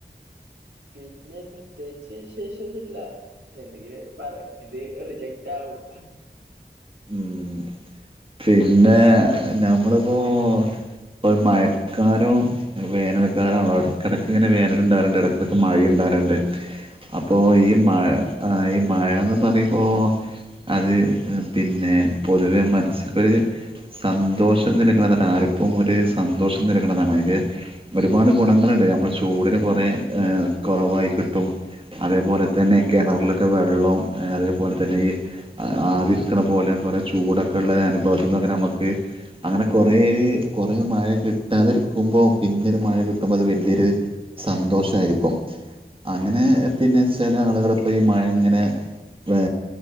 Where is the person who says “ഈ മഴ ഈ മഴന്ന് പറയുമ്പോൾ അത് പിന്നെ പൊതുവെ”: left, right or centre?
Right